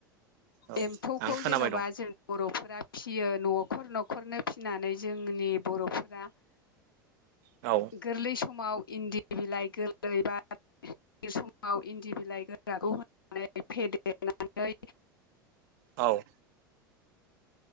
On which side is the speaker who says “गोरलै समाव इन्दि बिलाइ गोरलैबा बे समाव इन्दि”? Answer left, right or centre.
Left